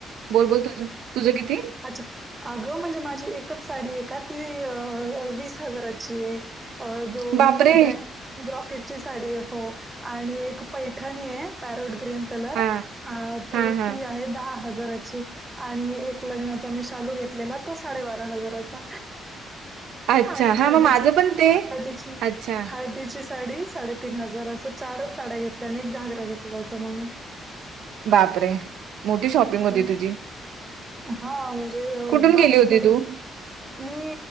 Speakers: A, on the right (about 80°); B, on the right (about 20°).
A: बोल बोल तुझं तुझं किती
B: अच्छा अगं म्हणजे माझी एकच साडी आहे का ती वीस हजाराची आहे अ जो
A: बापरे
B: ब्रॅक ब्रॉकेटची साडी आहे हो आणि एक पैठणी आहे पॅरोट ग्रीन कलर
A: हा
B: तर
A: हा हा
B: ती आहे दहा हजाराची आणि एक लग्नाचा मी शालू घेतलेला तो साडेबारा हजाराचा
A: अच्छा
B: आणि
A: हा
B: हळदीची
A: मग माझं पण ते
B: हळदीची
A: अच्छा
B: हळदीची साडी साडेतीीन हजार असं चारच साड्या घेतल्या आणि एक घागरा घेतला होत म्ी
A: बापरे मोठी शॉपिंग होती
B: हम्
A: तुझी
B: हा म्हणजे
A: कुठून
B: बाकी
A: गेली होती
B: तर
A: तू
B: मी